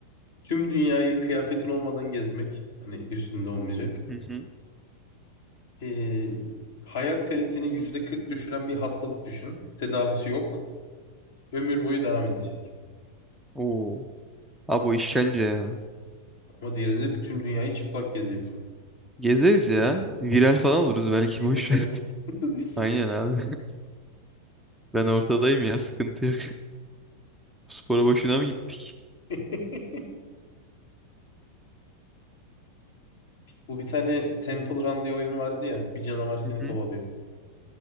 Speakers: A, on the left (about 60°); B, in the centre.
A: Tüm dünyayı kıyafetin olmadan gezmek. Hani üstünde olmayacak.
B: Hı hı.
A: Ee, hayat kaliteni %40 düşüren bir hastalık düşün. Tedavisi yok. Ömür boyu devam edecek.
B: Oo. Abi o işkence ya.
A: Ama diğerinde bütün dünyayı çıplak gezeceksin.
B: Gezeriz ya. Viral falan oluruz belki
A: Yiğidin
B: boş
A: malı
B: ver. <laughs>
A: mektubu değilsin.
B: Aynen abi. <laughs> Ben ortadayım ya sıkıntı yok. <laughs> Spora boşuna mı gittik?
A: <laughs> Bu bir tane Temple Run diye oyun vardı ya. Bir canavar seni
B: Hı hı.
A: kovalıyor.